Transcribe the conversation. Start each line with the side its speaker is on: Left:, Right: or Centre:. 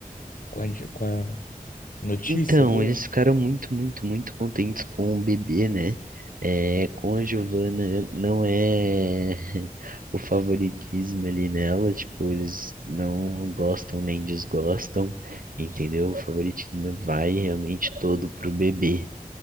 Left: com a, com a notícia
Right: Então,
Left: boa?
Right: eles ficaram muito, muito, muito contentes com o bebê, né? É, com a Giovana não é <laughs> o favoritismo ali nela, tipo, eles não gostam nem desgostam, entendeu? O favoritismo vai realmente todo pro bebê.